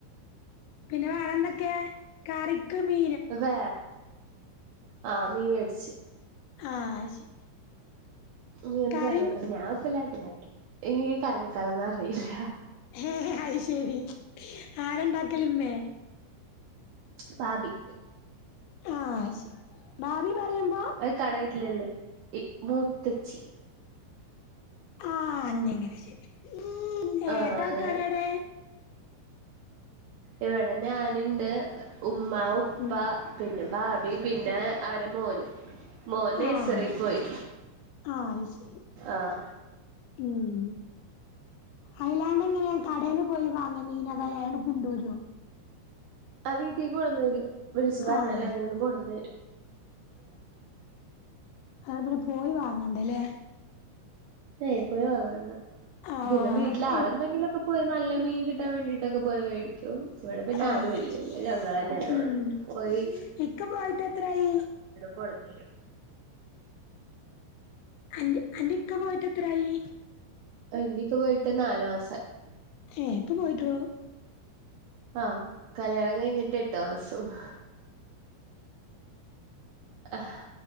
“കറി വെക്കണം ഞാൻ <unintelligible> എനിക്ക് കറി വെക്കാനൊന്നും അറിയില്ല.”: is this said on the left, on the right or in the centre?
Right